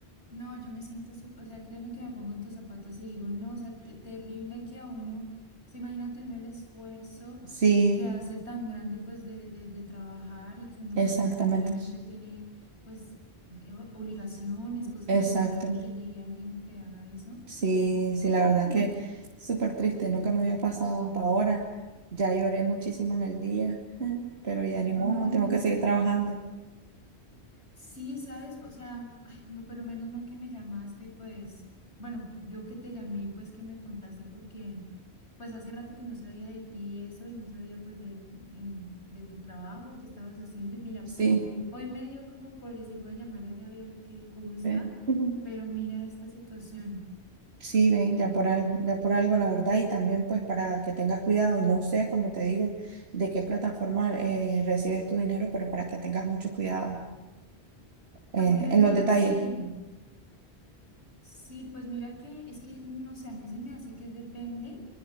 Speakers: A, on the left; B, on the right.
A: No, yo me siento, sup- o sea, créeme que me pongo en tus zapatos y digo, no, o sea, te- terrible que a uno, o sea, imagínate uno el esfuerzo
B: Sí,
A: que hace tan grande pues de, de, de trabajar y que uno
B: exactamente,
A: pues también obviamente tiene pues eh, o- obligaciones, cosas
B: exacto.
A: que pagar y que llegue alguien y te haga eso.
B: Sí, sí,
A: Uy,
B: la verdad que súper triste, nunca me había pasado hasta ahora. Ya lloré muchísimo en el día, <laughs> pero ya ni
A: no,
B: modo, tengo
A: no, no.
B: que seguir trabajando.
A: sí, sabes, o sea, ay, no, pero menos mal que me llamaste y pues, bueno, yo que te llamé y pues que me contaste porque... Pues hace rato que no sabía de ti eso y no sabía pues de, en- de tu trabajo, qué estabas haciendo. Y mira,
B: Sí.
A: por hoy me dio como por decir, voy a llamar a Gaby a ver qué, cómo está,
B: Ve. <laughs>
A: pero mira esta situación.
B: Sí, ven ya por algo, ya por algo, la verdad, y también pues para que tengas cuidado, no sé, como te digo, de qué plataforma eh, recibes tu dinero, pero para que tengas mucho cuidado eh,
A: Pues mira
B: en
A: que
B: los detalles.
A: sí, sí, pues mira que es que, no sé, a mí se me hace que es depende,